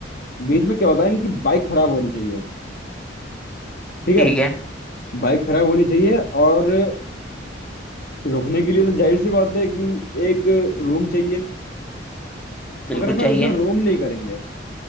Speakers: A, on the left; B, in the centre.
A: बीच में क्या होता है इनकी बाइक खराब होनी चाहिए ठीक
B: ठीक
A: है
B: है
A: बाइक खराब होनी चाहिए और रुकने के लिए तो जाहिर सी बात है कि एक रूम चाहिए
B: बिल्कुल
A: मगर अपना
B: चाहिए
A: इसमें रूम नहीं करेंगे